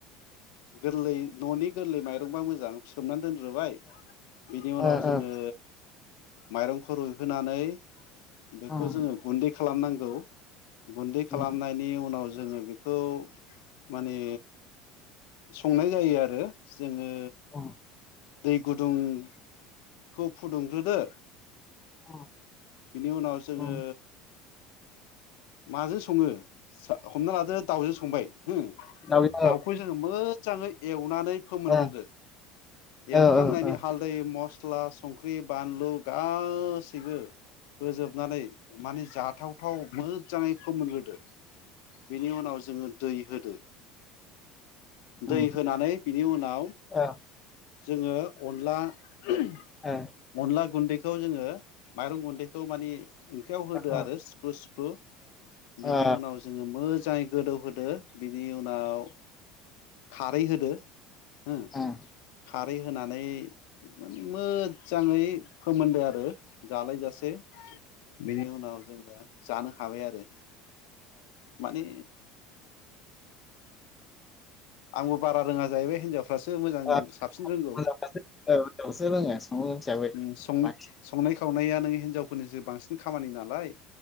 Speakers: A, on the left; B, on the left.
A: गोरलै न'नि गोरलै माइरंबा मोजां सोमनानै दोन रोबाय बिनि उनाव
B: ओ
A: जोङो
B: ओ
A: माइरंखौ रुइहोनानै। बेखौ
B: उम
A: जोङो गुन्दै खालामनांगौ गौ। गुन्दै खालामनायनि
B: उम
A: उनाव जों जोङो बेखौ माने संनाय जायो आरो। जोङो
B: उम
A: दै गुदुंखौ फुदुंग्रोदो।
B: <inaudible>
A: बिन उनाव जोङो
B: उम
A: माजों सङो हमना लादो दाउजों स सांबाय हो
B: दावजों
A: दाउखौ
B: औ
A: जोङो मोजाङै समनानै फोमोनग्रोदो।
B: औ
A: एवखांनायनि
B: औ ओ ओ
A: हालदै मस सिस्ला संख्रि बानलु गासैबो फोजोबनानै माने जा थावथाव म मोजाङै फोमोनग्रोदो बेनि उनाव जोङो दै होद दो दै
B: उम
A: होनानै बिनि उनाव
B: ओ
A: जोङो अनला आ
B: ओ
A: अनला गुन्दैखौ जोङो माइरं गुन्दैखौ माने ओंख्रियाव होदो
B: ओ
A: आरो सिफ्र सिफ्र बेनि
B: ओ
A: उनाव जोङो मोजाङै गोदौ होदो बिनि उनाव खारै होदो।
B: <inaudible>
A: हो खारै होनानै मोजांयै सोमोन्दो आरो जालायजासे बेनि उनाव जोङो जानो हाबाय आरो माने आंबो बारा रोङा जाहैबाय हिनजाव फासो मोजां
B: ओ
A: साबसिन रोंगौ
B: हिनजावफ्रासो रोङो संनो हिसाबै
A: ओम संनो संनायखौ सावनाया नों हिनजावफोरनिसो बांसिन खामानि नालाय